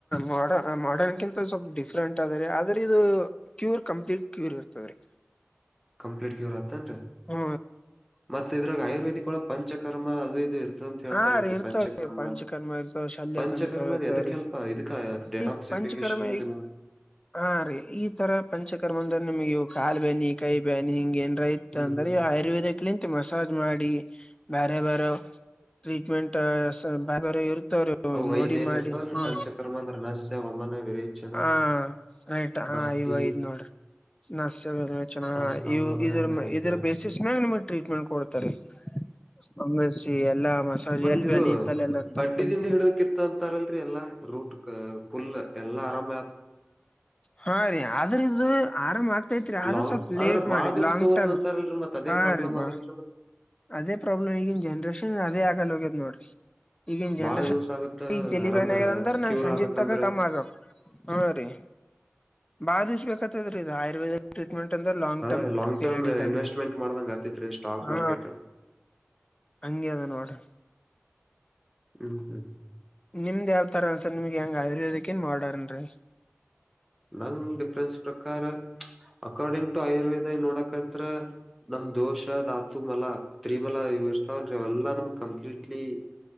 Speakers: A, on the left; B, in the centre.
A: ಮಾಡನ್ ಮಾಡರ್ನ್ಗಿಂತ ಸ್ವಲ್ಪ ಡಿಫ್ರೆಂಟ್ ಆದ ರೀ ಆದ್ರೆ ಇದು ಕ್ಯೂರ್ ಕಂಪ್ಲೀಟ್ ಕ್ಯೂರ್ ಇರ್ತದ ರೀ
B: ಕಂಪ್ಲಿಟ್ವ್ ಕ್ಯೂ ರಾತ್ರಿ
A: ಹ
B: ಮತ್ತ ಇದ್ರಾಗ ಆಯುರ್ವೇದಿಕ್ ಒಳ ಪಂಚಕರ್ಮ ಅದ ಇದು ಇರುತ್ತೆ ಅ ಹೇಳ್ತಾರಲ್ರಿ
A: ಹಾ ರೀ ಇರ್ತವ್ರೀ
B: ಪಂಚಕರ್ಮ
A: ಪಂಚಕರ್ಮ ಇರ್ತವ ಶಲ್ಯ
B: ಪಂಚಕರ್ಮ
A: ತಂತ್ರ ಇರ್ತವ್ರೀ
B: ಅ ಎದಕ ಹೆಲ್ಪ್ ಇದಕ ಡೆಟಾಕ್ಸಿಡ್
A: ಈ ಪಂಚಕರ್ಮ
B: <unintelligible>
A: ಹಾ ರೀ ಈ ತರ ಪಂಚಕರ್ಮ ಅಂದ್ರ ನಿಮಗೆವು ಕಾಲು ಬ್ಯಾನಿ ಕೈ ಬ್ಯಾನಿ ಹಿಂಗ ಏನ್ರ ಇತ್
B: ಹ್ಮ್
A: ಅಂದ್ರೆ
B: ಹ್ಮ್
A: ಆಯುರ್ವೇದಕ್ ನಿಂತ ಮಸಾಜ್ ಮಾಡಿ ಬೇರೆ ಬೇರೆ ಟ್ರೀಟ್ಮೆಂಟ್ ಸ ಬೇರೆ ಬೇರೆ ಇರುತ್ತ
B: ಅವು
A: ನೋಡಿ
B: ಐದ್ ಏನ್
A: ಮಾಡಿ
B: ಇರ್ತಾವಲ್ರಿ
A: ಹ
B: ಪಂಚಕರ್ಮ ಅಂದ್ರ ನಸ್ಯ ವಮನ ವಿರೇಚನ
A: ಹ ರೈಟ್ ಹಾ
B: ಬಸ್ತಿ
A: ಇವ ಐದ್ ನೋಡ್ರಿ ನ ಚ
B: ಆಸ್ತಮ
A: ಇದ
B: ಐತ್ರ.
A: ಇದ್ರ ಬೇಸಿಸ್ ಮ್ಯಾಗ ನಿಮಗ್ ಟ್ರೀಟ್ಮೆಂಟ್ ಕೊಡ್ತಾರೆ ಸಂಮ್ಮಸಿ ಎಲ್ಲಾ ಮಸಾಜ್
B: ಮತ್ತ
A: ಎಲ್
B: ನೀವು
A: ಬ್ಯಾನಿ ಇತ್ತಲ್ಲೆಲ್ಲ
B: ಬಡ್ಡಿದಿಂದ
A: ತಪ್ಪಲ್
B: ಹಿಡದಕಿತ್ತು ಅಂತಾರಲ್ರಿ ಎಲ್ಲಾ ರೂಟ್ ಪುಲ್ ಎಲ್ಲಾ ಅರಾಮ
A: ಹಾ ರೀ ಆದ್ರ ಇದು ಆರಾಮ ಆಗ್ ರೈತ್ರಿ ಆದ್ರ
B: ಲಾಂಗ್
A: ಸ್ವಲ್ಪ
B: ಆದ್ರ
A: ಲೇಟ್
B: ಬಾಳ
A: ಮಾಡಿ
B: ದಿವಸ
A: ಲಾಂಗ್
B: ತಗೋತಂತಾರಲ್ರಿ
A: ಟೈಮ್
B: ಮತ್ತ್ ಅದೇ
A: ಹಾ
B: ಪ್ರಾಬ್ಲಮ್
A: ರೀಮ್ಮ
B: ಆಗಲ್ರಿ ಮತ್ತ್.
A: ಅದೇ ಪ್ರಾಬ್ಲಮ್ ಈಗಿನ ಜನರೇಶನ್ ಅದೇ ಆಗಲ್ ಹೋಗೇ ನೋಡರಿ ಈಗನ್
B: ಬಾಳ
A: ಜನರೇಶನ್
B: ದಿವ್ಸ ಆಗುತ್ತ
A: ಈಗ ತಲಿ
B: ಆರಾಮ
A: ಬ್ಯಾನ್ ಆಗ್ಯದಂತ್ರ ನಂಗೆ
B: ಕ್ಯೂರ್
A: ಸಂಜೆ
B: ಆಗ್ಬೇಕಂದ್ರ
A: ತಕ ಕಮ್ಮ್ ಆಗಬೇಕು ಹಾ ರೀ ಬಾಳ ದಿವಿಸ್ಬೇಕತ್ತದ್ರೀ ಇದು ಆಯುರ್ವೇದ ಟ್ರೀಟ್ಮೆಂಟ್ ಅಂದ್ರೆ ಲಾಂಗ್
B: ಹಾ
A: ಟರ್ಮ್
B: ಲಾಂಗ್
A: ಪೀರಿಯಡ್
B: ಟರ್ಮ್
A: ಇದ್ದಂಗ
B: ಇನ್ವೆಸ್ಟ್ಮೆಂಟ್ ಮಾಡ್ದಂಗ ಆತೈತ್ರಿ ಸ್ಟಾಕ್
A: ಹ
B: ಮಾರ್ಕೆಟ್
A: ಹಂಗೆ ಅದ ನೋಡ್ರ
B: ಹ್ಮ್ ಹ್ಮ್
A: ನಿಮ್ದ ಯಾವ್ತರ ಅನ್ಸರ್ ನಿಮ್ಗೆ ಹೆಂಗ ಆಯುರ್ವೇದಕ್ಕೇನ್ ಮಾಡನ್ ರ
B: ನಂಗ್ ಡಿಫ್ರೆನ್ಸ್ ಪ್ರಕಾರ ಅಕಾರ್ಡಿಂಗ್ ಟು ಆಯುರ್ವೇದ ನೋಡಕತ್ರ ನಮ್ ದೋಷ ಧಾತು ಬಲ ತ್ರಿಬಲ ಇರ್ತಾವ ಇವೆಲ್ಲ ನು ಕಂಪ್ಲೀಟ್ಲಿ